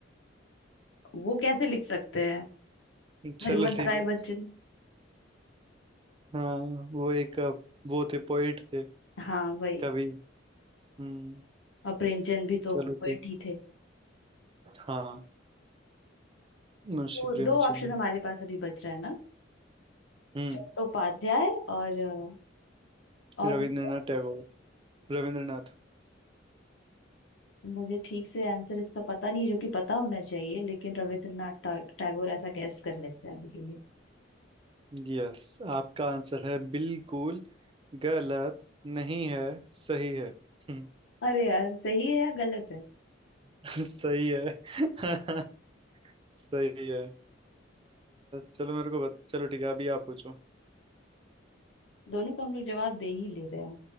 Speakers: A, on the left; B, on the right.
A: वो कैसे लिख सकते हैं
B: चलो
A: हरिवंश
B: ठीक
A: राय
B: है
A: बच्चन
B: हाँ वो एक अ, वो थे पोइट थे
A: हाँ वही
B: कवि हम्म
A: और प्रेमचंद भी तो
B: चलो
A: पोएट
B: ठीक
A: ही थे
B: हाँ मुंशी
A: तो
B: प्रेमचंद्र
A: दो ऑप्शन हमारे पास अभी बच रहा है ना
B: हम्म
A: चट्टोपाध्याय और अ, और
B: रविंद्रनाथ
A: दूसरा
B: टैगोर रविंद्रनाथ
A: मुझे ठीक से आंसर इसका पता नहीं जो कि पता होना चाहिए लेकिन रविंद्रनाथ टा- टैगोर ऐसा गैस कर लेते हैं अभी के लिए
B: यस आपका आंसर है बिल्कुल गलत नहीं है सही है हम्म,
A: अरे यार सही है या गलत है
B: <laughs> सही है <laughs> सही है अ, चलो मेरे को बत... चलो ठीक है अभी आप पूछो
A: दोनों को हम लोग जवाब दे ही ले रहे हैं